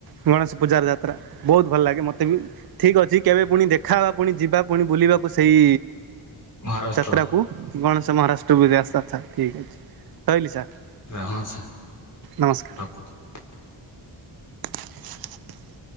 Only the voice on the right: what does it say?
ଗଣେଶ ପୂଜାର ଯାତ୍ରା ବୋହୁତ ଭଲ ଲାଗେ ମତେ ବି ଠିକ୍ ଅଛି କେବେ ପୁଣି ଦେ ଖା ହବା ପୁଣି ଯିବା ପୁଣି ବୁଲିବାକୁ ସେଇ
ଯାତ୍ରାକୁ। ଗଣେଶ ମହାରାଷ୍ଟ୍ର ବୁଜା ସାର୍ ସାର୍ ଠିକ୍ ଅଛି ରହିଲି ସାର୍।
ନମସ୍କା
<inaudible>